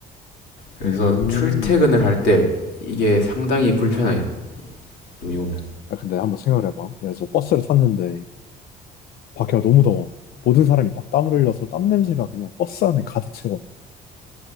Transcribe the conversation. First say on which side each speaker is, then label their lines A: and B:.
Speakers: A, on the left; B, on the left.
A: 그래서
B: 음.
A: 출퇴근을 할 때 이게 상당히 불편해. 눈이 오면.
B: 아, 근데 한번 생각해봐. 예를 들어서 버스를 탔는데 밖에가 너무 더워. 모든 사람이 막 땀을 흘려서 땀 냄새가 그냥 버스 안에 가득 채워.